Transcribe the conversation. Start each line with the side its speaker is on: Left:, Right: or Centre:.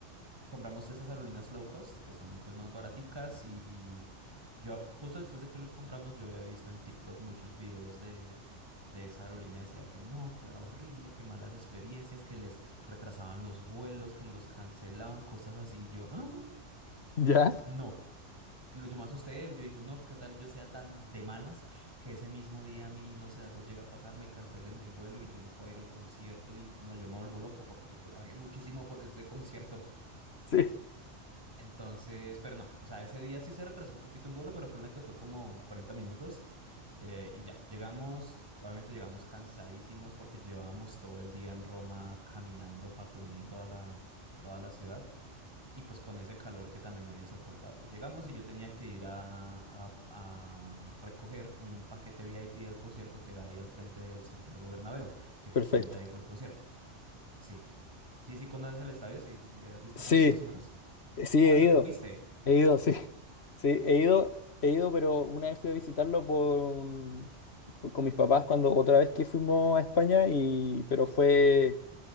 Right: compramos esas aerolíneas low cost, que son pues más baraticas y yo justo después de que los compramos yo había visto en TikTok muchos videos de, de esa aerolínea, decía que no, que era horrible, que malas experiencias, que les retrasaban los vuelos, que los cancelaban, cosas así, y yo, "Ah,
Left: ¿Ya?
Right: no. Lo yo me asusté, yo dije, no, ¿qué tal yo sea tan de malas que ese mismo día a mí, no sé, algo llega a pasar, me cancelen el vuelo y yo no pueda ir al concierto y no, yo me vuelvo loco porque pues yo pagué muchísimo por ese concierto.
Left: Sí.
Right: Entonces, pero no, o sea, ese día sí se retrasó un poquito un vuelo, pero ponle que fue como 40 minutos eh, y ya, llegamos, obviamente llegamos cansadísimos porque llevábamos todo el día en Roma caminando patoné toda la, toda la ciudad y pues con ese calor que también era insoportable. Llegamos y yo tenía que ir a, a, a recoger un paquete VIP del concierto que era ahí al frente del Santiago Bernabéu, que justamente
Left: Perfecto.
Right: ahí fue el concierto. Sí, sí, sí, conoces el estadio, sí, sí, has visto
Left: Sí,
Right: cómo es, más o menos.
Left: Eh, Sí,
Right: Ah,
Left: he
Right: bueno,
Left: ido,
Right: tú fuiste.
Left: he ido, sí. <laughs> Sí, he ido, he ido, pero una vez fui a visitarlo por, un- por- con mis papás cuando otra vez que fuimos a España y pero fue